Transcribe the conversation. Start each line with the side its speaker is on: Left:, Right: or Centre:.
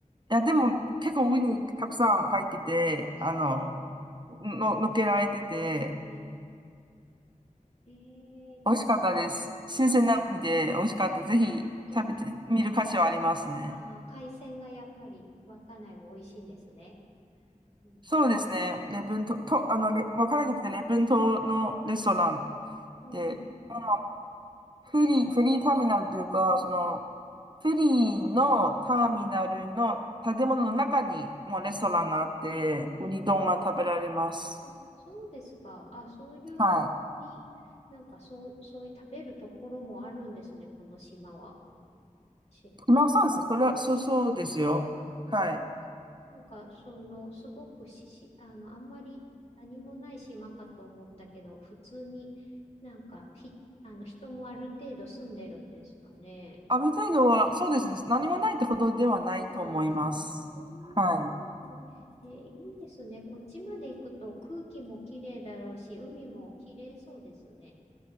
Right: いや、でも結構ウニたくさん入ってて、
Left: あ、そうなんだ。
Right: あの、の、のっけられてて、
Left: ええええじゃあ、
Right: 美味しかったです。
Left: わ
Right: 新鮮なウニで美味しかった。ぜひ食べてみる価値はありますね。
Left: あ、いいですね。ああ、海鮮がやっぱり稚内も美味しいんですね。うん。
Right: そうですね。レブン島、と、あの、レわからなくて、レブン島のレストラン
Left: うん。
Right: で、まあ、フェリー、フェリーターミナルというか、その、フェリーのターミナルの建物の中にもうレストランがあって、
Left: うん。ええ
Right: ウニ丼が食べられます。
Left: あ、そうですか。あ、そういうふうに、
Right: はい。
Left: なんかそう、そういう食べるところもあるんですね、この島は。知る。
Right: 今そうですね。それは、そうそうですよ。
Left: ん
Right: はい。
Left: なんか、その、すごくし、し、あの、あんまり何もない島かと思ったけど、普通になんか、ひ、あの、人もある程度住んでるんですかね。
Right: ある程度は、そうですね。何もないってほどではないと思います。
Left: ではない。うーん。
Right: はい。
Left: はいえーいいですね。こっちまで行くと空気もきれいだろうし、海もきれいそうですね。